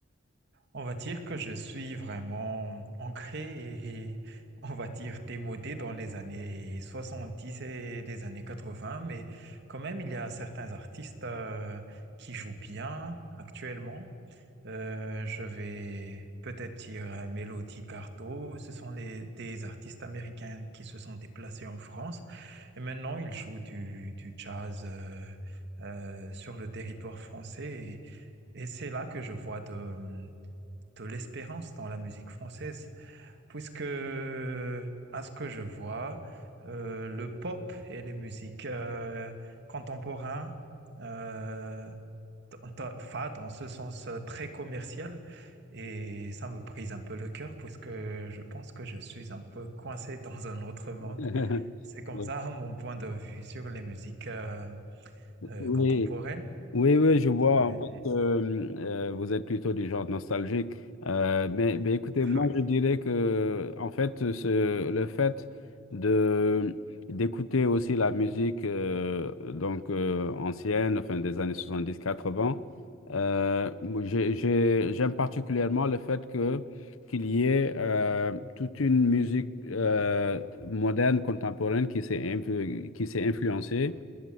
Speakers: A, on the right (about 60°); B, on the left (about 85°).
A: On va dire que je suis vraiment ancré et on va dire démodé dans les années 70 et les années 80, mais quand même, il y a certains artistes euh, qui jouent bien actuellement. Euh, je vais peut-être dire euh, Melody Carto. Ce sont les- des artistes américains qui se sont déplacés en France et maintenant ils jouent du, du jazz euh, euh, sur le territoire français et, et c'est là que je vois de, de l'espérance dans la musique française, puisque à ce que je vois, euh, le pop et les musiques euh, contemporaines, euh, enfin, dans ce sens euh, très commercial, et ça me brise un peu le cœur, puisque je pense que je suis un peu coincé <laughs> dans un autre monde.
B: <laughs>
A: C'est comme ça <laughs> mon point de vue sur les musiques euh, euh,
B: Oui.
A: contemporaines.
B: Oui, oui, je vois.
A: Et,
B: En fait, euh, euh, vous êtes plutôt du genre nostalgique. Euh, mais, mais écoutez, moi,
A: oui,
B: je dirais que, en fait, ce- le fait de d'écouter aussi la musique euh, donc euh, ancienne, enfin des années 70-80, euh, moi, j'ai- j'ai- j'aime particulièrement le fait que qu'il y ait euh, toute une musique euh, moderne, contemporaine qui s'est influ- qui s'est influencée